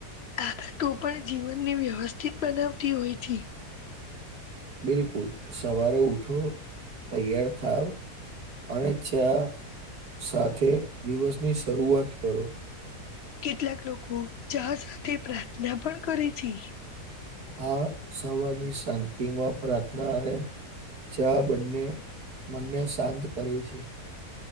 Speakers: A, on the left (about 55°); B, on the right (about 70°).
A: આ તો પણ જીવનની વ્યવસ્થિત બનાવતી હોય છે.
B: બિલકુલ સવારે ઉઠો તૈયાર થાવ. અને ચા સાથે દિવસની શરૂઆત કરો.
A: કેટલાક લોકો ચા સાથે પ્રાર્થના પણ કરે છે.
B: આ સવારની શાંતિ માં પ્રાર્થના અને ચા બંને મનને શાંત કરે છે.